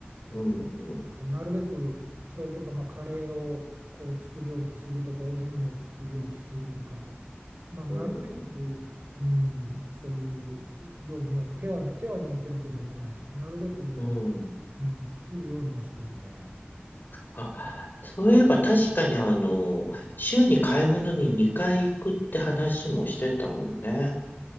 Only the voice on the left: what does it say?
うん、うん、
うん、
うん。
あ、そういえば確かにあの、週に買い物に2回行くって話もしてたもんね。